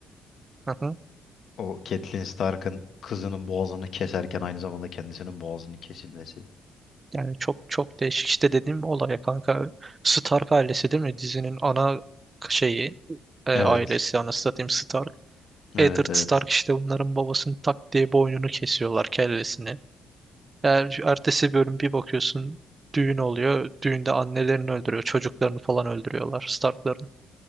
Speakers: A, on the right; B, on the left.
A: Hı hı.
B: o Catelyn Stark'ın kızının boğazını keserken aynı zamanda kendisinin boğazının kesilmesi.
A: yani çok çok değişik işte dediğim olay ya kanka. Stark ailesi değil mi? Dizinin ana şeyi e,
B: Evet.
A: ailesi anasını satayım Stark.
B: Evet
A: Eddard
B: evet.
A: Stark işte bunların babasının tak diye boynunu kesiyorlar kellesini. Eğer ertesi bölüm bir bakıyorsun düğün oluyor. Düğünde annelerini öldürüyor. Çocuklarını falan öldürüyorlar Stark'ların.